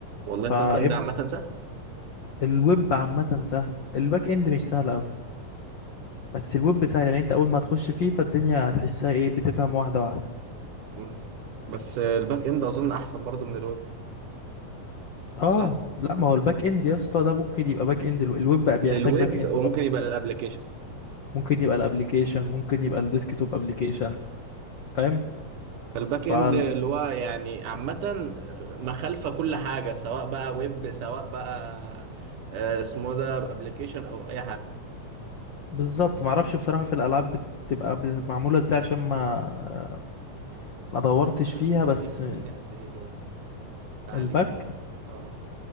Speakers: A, on the right; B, on the left.
A: والله الباك
B: فاب
A: إند عامة سهل
B: الويب عامة سهل الباك اند مش سهل قوي بس الويب سهل يعني انت اول ما تخش فيه فالدنيا هتحسها ايه بتفهم واحدة واحدة
A: مم. بس الباك إند أظن أحسن برضه من الويب
B: اه
A: صح؟
B: لا ما هو الباك اند يا اسطى ده ممكن يبقى باك اند الويب بقى بيحتاج
A: للويب
B: باك اند
A: وممكن يبقى للأبليكيشن
B: ممكن يبقى الابليكيشن ممكن يبقى الديسكتوب ابليكيشن فاهم
A: فالباك اند
B: فال-
A: اللي هو يعني عامة مخالفة كل حاجة سواء بقى ويب سواء بقى آه، اسمه ده ابلكيشن او اي حاجة
B: بالظبط معرفش بصراحة في الالعاب بتبقى ب- معمولة ازاي عشان ما ما دورتش
A: الحوار مثلا
B: فيها
A: ممكن
B: بس
A: ياخد مني قد ايه كده تعليم
B: الباك
A: اه